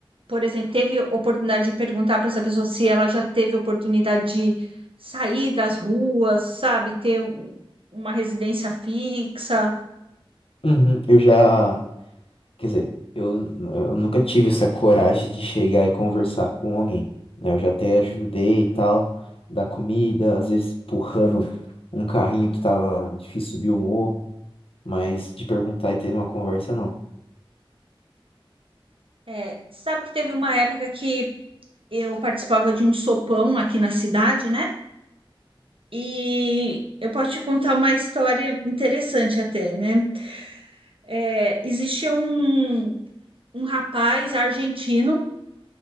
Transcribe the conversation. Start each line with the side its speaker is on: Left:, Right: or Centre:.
Right: por exemplo, teve oportunidade de perguntar para essa pessoa se ela já teve oportunidade de sair das ruas, sabe, ter um- uma residência fixa?
Left: Uhum, eu já, quer dizer, eu, eu nunca tive essa coragem de chegar e conversar com alguém, né? Eu já até ajudei e tal, dar comida, às vezes empurrando um carrinho que tava difícil subir o morro, mas de perguntar e ter uma conversa, não.
Right: É, sabe que teve uma época que eu participava de um sopão aqui na cidade, né? E eu posso te contar uma história interessante até, né? É, existia um, um rapaz argentino,